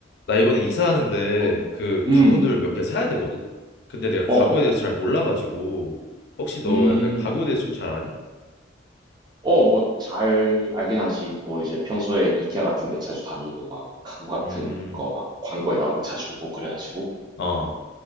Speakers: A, on the left (about 60°); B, on the right (about 20°).
A: 나 이번에 이사하는데
B: 어
A: 그
B: 음.
A: 가구들 몇 개 사야 되거든? 근데 내가
B: 어.
A: 가구에 대해서 잘 몰라가지고 혹시 너
B: 음.
A: 약간 가구에 대해서 좀 잘 아니?
B: 어 뭐 잘 알긴 하지. 뭐 이제 평소에 이케아 같은 데 자주 다니고 막 가구 같은
A: 음,
B: 거 막 광고에 나오면 자주 보고 그래 가지고
A: 어.